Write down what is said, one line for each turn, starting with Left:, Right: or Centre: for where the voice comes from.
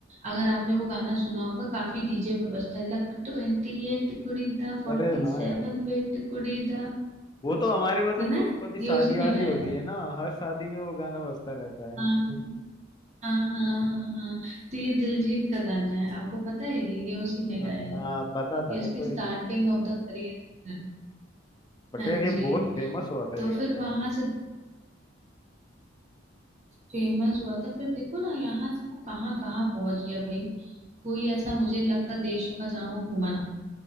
Right: अगर आपने वो गाना सुना होगा काफी डीजे पे बजता है लक ट्वेंटी एट कुड़ी दा फोर्टी
Left: अरे हाँ
Right: सेवन
Left: यार
Right: वेट कुड़ी दा
Left: वो तो हमारे मतलब
Right: सुना
Left: जो
Right: है
Left: कभी शादी
Right: ये उसी ने
Left: वादी
Right: गाया
Left: होती
Right: है
Left: है ना हर शादी में वो गाना बजता रहता है
Right: हाँ, हाँ हाँ हाँ हाँ। हाँ। तो ये दिलजीत का गाना है आपको पता है ये ये उसी ने गाया
Left: हाँ
Right: है
Left: पता था
Right: ये
Left: मेरे
Right: उसकी
Left: को
Right: स्टार्टिंग
Left: ये
Right: ऑफ द करियर
Left: बट
Right: हाँ
Left: यार ये
Right: जी
Left: बहुत फेमस हुआ था
Right: तो
Left: ये
Right: फिर
Left: गाना
Right: वहां से फेमस हुआ था फिर देखो ना यहाँ से वो कहाँ कहाँ पहुंच गया भाई कोई ऐसा मुझे नहीं लगता देश होगा जहाँ वो घूमा ना हो